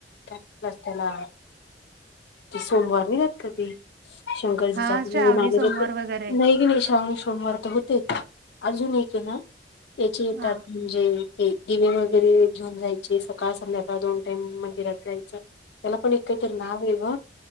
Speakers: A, on the left; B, on the right.
A: काय <inaudible> त्याला ते सोमवार नाई जात का ते शंकराची
B: हा
A: जातील
B: श्रावणी
A: <unintelligible> ना म्हणजे
B: सोमवार
A: अशी
B: वगैरे
A: नाही की नाय श्रावणी सोमवार तर होत ते एक अजून एक ये ना त्याचे येतात
B: हा
A: हुं जे ते दिवे वगैरे घेऊन जायचे सकाळ संध्याकाळ दोन टाईम मंदिरात जायचं त्याला पण एक कायतरी नाव ये ग